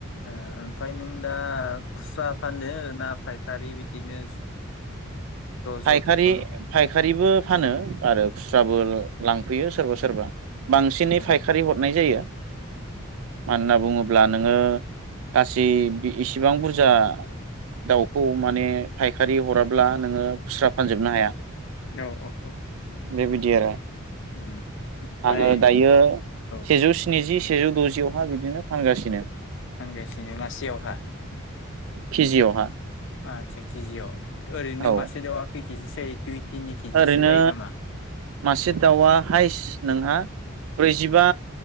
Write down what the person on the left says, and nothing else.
ओ ओमफाय नों दा खुसा फानदो ना? फायखारि बिदिनो। ज'
खेबसेयावनो
उम
उम
औ औ औ।
उम ओमफ्राय
औ
फानगासिनो मासेयावहा।
आचसा केजियाव ओरैनो
मासे देआ खै केजिसो दुइ तिनि केजिसो
जायो नामा